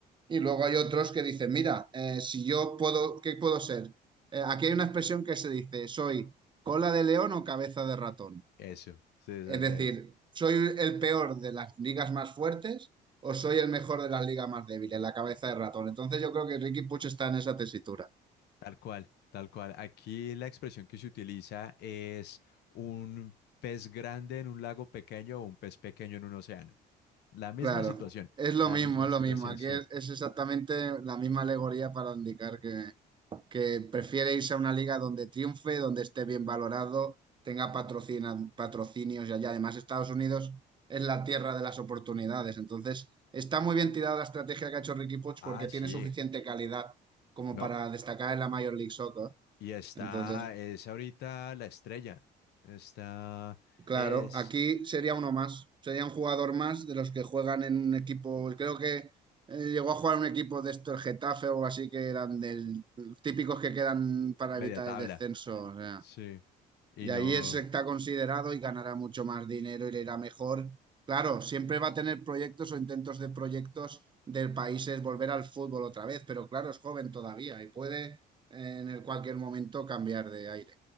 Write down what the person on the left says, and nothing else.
Eso, sí, eso
sí.
Tal cual, tal cual. Aquí la expresión que se utiliza es un pez grande en un lago pequeño o un pez pequeño en un océano. La misma
situación,
la
misma
situación,
sí.
Ah,
sí.
No.
Y está,
es ahorita la estrella. Está,
es
media
tabla.
Sí. Y
no,